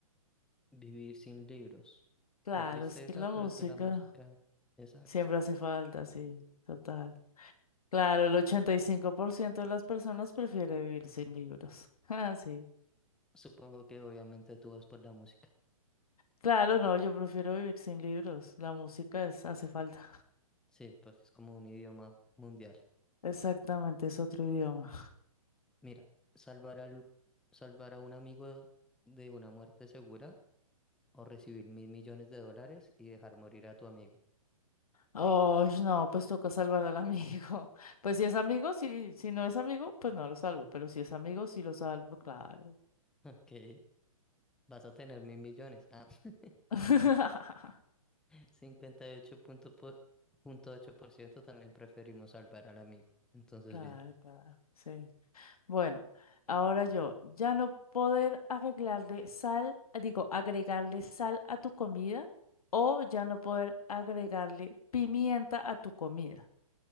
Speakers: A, in the centre; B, on the left.
A: Vivir sin libros.
B: Claro,
A: Qué tristeza,
B: es que la música
A: pero es que la música. Exacto.
B: siempre hace falta, sí, total. Claro, el 85% de las personas prefiere vivir sin libros. <laughs> Ah, sí.
A: Supongo que obviamente tú vas por la música.
B: Claro, no, yo prefiero vivir sin libros. La música es, hace falta.
A: Sí, pues es como un idioma mundial.
B: Exactamente, es otro idioma.
A: Mira, salvar al, salvar a un amigo de una muerte segura o recibir mil millones de dólares y dejar morir a tu amigo.
B: Oh, no, pues toca salvar al amigo. <laughs> Pues si es amigo, sí, si no es amigo, pues no lo salvo. Pero si es amigo, sí lo salvo, claro.
A: <laughs> Ok, vas a tener mil millones. Ah, <laughs>
B: <laughs>
A: cincuenta y ocho punto por- punto ocho por ciento también preferimos salvar al amigo. Entonces,
B: Claro,
A: bien.
B: claro, sí. Bueno, ahora yo, ya no poder agregarle sal, digo, agregarle sal a tu comida o ya no poder agregarle pimienta a tu comida.